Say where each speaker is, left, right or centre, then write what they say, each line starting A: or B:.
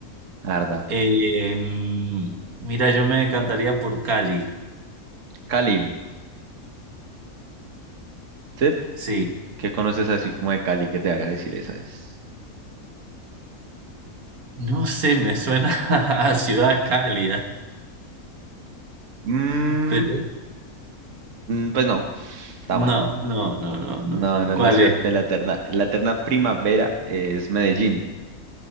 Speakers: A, on the right (about 60°); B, on the right (about 80°).
A: la verdad.
B: Eh, mm, mira, yo me decantaría por Cali.
A: Cali, ¿sí?
B: Sí,
A: ¿Qué conoces así como de Cali que te haga decir esa es?
B: No sé, me suena <laughs> a ciudad cálida.
A: Mm,
B: Pero
A: mm, pues no, está
B: no,
A: mal.
B: no, no, no,
A: No,
B: no.
A: no es
B: ¿Cuál
A: la ciudad
B: es?
A: de la eterna. La eterna primavera es Medellín.